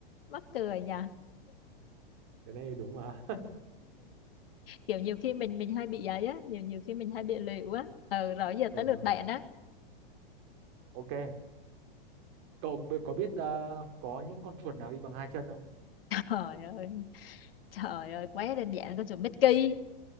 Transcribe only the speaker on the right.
cái này đúng mà <laughs>
ờ
ờ
ok cậu bi- có biết ờ, có những con chuột nào đi bằng hai chân không